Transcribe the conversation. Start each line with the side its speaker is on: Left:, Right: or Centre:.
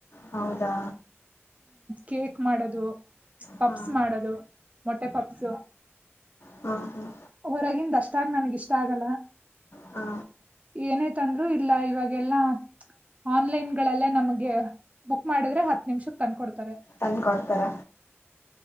Left: ಹೌದಾ
Right: ಕೇಕ್ ಮಾಡೋದು ಪಾಪ್ಸ್
Left: ಹಾ
Right: ಮಾಡೋದು ಮೊಟ್ಟೆ ಪಪ್ಸ್
Left: ಹಾ ಹಾ
Right: ಹೊರಗಿಂದ ಅಷ್ಟೇ ನಿಷ್ಠಾವಲ್ಲ
Left: ಹಾ
Right: ಏನೇ ತಂದ್ರೂ ಇಲ್ಲೇ ಇವಾಗೆಲ್ಲಾ ಆನ್ಲೈನ್ ಗಳಲ್ಲೆ ನಮಗೆ ಬುಕ್ ಮಾಡಿದ್ರೆ ನಿಮಿಷಕ್ಕೆ ತಂದುಕೊಡುತ್ತಾರೆ
Left: ತಂದ್ಕೊಡ್ತಾರ